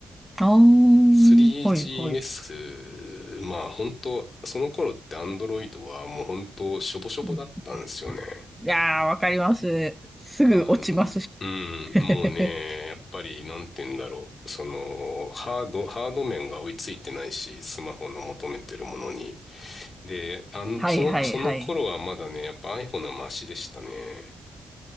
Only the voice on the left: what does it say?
3GS、
まあ本当、その頃って Android はもう本当、しょぼしょぼだったんですよね。
あの、うん、
もうね、やっぱり、なんて言うんだろう。その、ハード、ハード面が追いついてないし、スマホの求めてるものに。で、あん、
その、その頃はまだね、やっぱ iPhone はマシでしたね。